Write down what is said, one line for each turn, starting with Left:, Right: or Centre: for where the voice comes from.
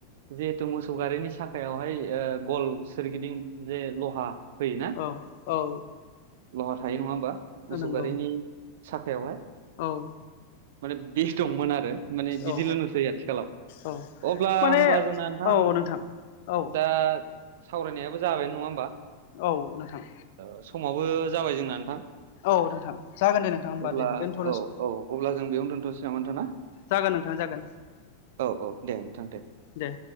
Right: जिहेथु मोसौ गारिनि साखायावहाय ओ गल सोरगिदिं जे लहा होयोना
Left: औ औ
Right: लहा थायो नङा होमबा मोसौ
Left: नंगौ
Right: गारिनि साखायावहाय
Left: औ
Right: माने बे दंमोन आरो माने बिदिल'
Left: औ
Right: नुसै आथिखालाव
Left: औ
Right: अब्ला
Left: माने
Right: होमबा जोंना नोंथां
Left: औ औ
Right: दा सावरायनायाबो जाबायानो नङा होमबा
Left: औ नोंथां
Right: ओ समावबो जाबाय जोंना नोंथां
Left: औ नोंथां जागोन दे नोंथां होमबा
Right: अब्ला
Left: दे दोनथ'नोसै
Right: औ औ अब्ला जों बेयाव दोनथ'नोसै ना नोंथां ना
Left: जागोन नोंथां जागोन
Right: औ औ दे नोंथां दे
Left: दे